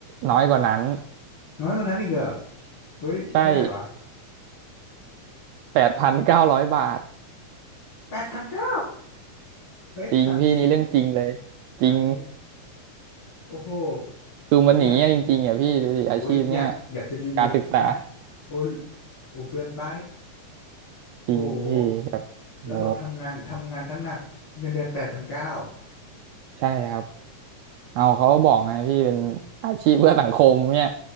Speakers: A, on the right; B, on the left.
A: น้อยกว่านั้น
B: น้อยกว่านั้นอีกเหรอเฮ้ยเท่าไหร่วะ
A: ใช่แปดพันเก้าร้อยบาท
B: แปดพันเก้าเฮ้ยถามจริง
A: จริงพี่นี่เรื่องจริงเลย
B: ถามจริง
A: จริง
B: โอ้โห
A: คือมันอย่างเงี้ยจริงๆอ่ะพี่ดูดิอาชีพเนี้ย
B: โอุ้ยอยากโอ้ยอยากอยากจะหยุดหยุด
A: การศึกษา
B: <laughs> โอ้ยโอ้เกินไป
A: จริงพี่แบบโห
B: โหแล้วแบบทำงานทำงานตั้งหนักเงินเดือนแปดพันเก้า
A: ใช่ครับ เอาเขาบอกไงพี่เป็นอาชีพเพื่อสังคมเนี่ย